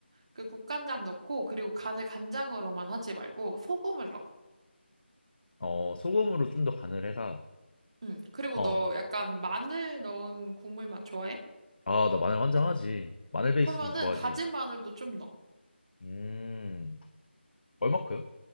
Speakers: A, on the right; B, on the left.
A: 그 국간장 넣고, 그리고 간을 간장으로만 하지 말고 소금을 넣어.
B: 어, 소금으로 좀 더 간을 해라.
A: 응. 그리고
B: 어.
A: 너 약간 마늘 넣은 국물 맛 좋아해?
B: 아, 나 마늘 환장하지. 마늘 베이스
A: 그러면은
B: 국물 좋아하지.
A: 다진 마늘도 좀 넣어.
B: 음, 얼마큼?